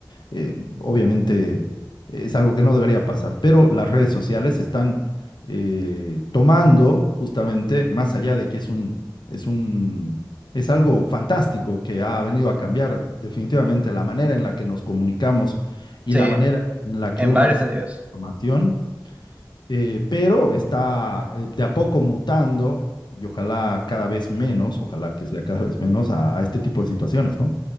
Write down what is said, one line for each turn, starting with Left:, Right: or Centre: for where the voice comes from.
Left: eh, obviamente es algo que no debería pasar, pero las redes sociales están eh, tomando justamente, más allá de que es un, es un, es algo fantástico que ha venido a cambiar definitivamente la manera en la que nos comunicamos y
Right: Sí,
Left: la manera en la que
Right: en
Left: uno
Right: varios
Left: accede
Right: sentidos.
Left: a la información, eh, pero está eh, de a poco mutando. Y ojalá cada vez menos, ojalá que sea cada vez menos a, a este tipo de situaciones, ¿no?